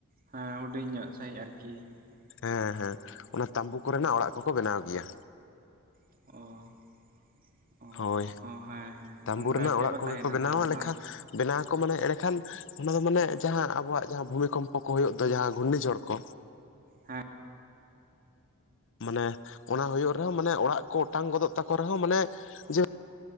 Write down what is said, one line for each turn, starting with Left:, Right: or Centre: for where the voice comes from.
Right: ᱦᱮᱸ ᱦᱩᱰᱤᱧ ᱧᱚᱜ ᱥᱟᱹᱦᱤᱡ ᱟᱨᱠᱤ᱾
Left: ᱦᱮᱸ
Right: ᱚ
Left: ᱦᱮᱸ ᱚᱱᱟ ᱛᱟᱸᱵᱩ ᱠᱚᱨᱮᱱᱟᱜ ᱚᱲᱟᱜ ᱠᱚᱠᱚ ᱵᱮᱱᱟᱣ ᱜᱮᱭᱟ᱾
Right: ᱚ <unintelligible>
Left: ᱦᱳᱭ
Right: ᱚ ᱦᱮᱸ ᱦᱮᱸ
Left: ᱛᱟᱸᱵᱩ
Right: ᱚᱱᱠᱟ
Left: ᱨᱮᱱᱟᱜ
Right: ᱠᱟᱛᱮᱜ
Left: ᱚᱲᱟᱜ ᱠᱚᱜᱮ
Right: ᱛᱟᱦᱮᱱᱟ
Left: ᱠᱚ ᱵᱮᱱᱟᱣᱟ
Right: ᱛᱟᱦᱚᱞᱮ
Left: ᱞᱮᱠᱷᱟ
Right: ᱵᱟᱝ
Left: ᱵᱮᱱᱟᱣ ᱟᱠᱚ ᱢᱟᱱᱮ ᱮᱸᱲᱮᱠᱷᱟᱱ ᱚᱱᱟ ᱫᱚ ᱢᱟᱱᱮ ᱡᱟᱦᱟᱸ ᱟᱵᱚᱣᱟᱜ ᱡᱟᱦᱟᱸ ᱵᱷᱩᱢᱤᱠᱢᱯᱚ ᱠᱚ ᱦᱩᱭᱩᱜ ᱫᱚ ᱡᱟᱦᱟᱸ ᱜᱷᱩᱨᱱᱤ ᱡᱷᱚᱲ ᱠᱚ᱾
Right: ᱦᱮᱸ
Left: ᱢᱟᱱᱮ ᱚᱱᱟ ᱦᱩᱭᱩᱜ ᱨᱮᱦᱚᱸ ᱢᱟᱱᱮ ᱚᱲᱟᱜ ᱠᱚ ᱚᱴᱟᱝ ᱜᱚᱫᱚᱜ ᱛᱟᱠᱚ ᱨᱮᱦᱚᱸ ᱢᱟᱱᱮ ᱡᱮ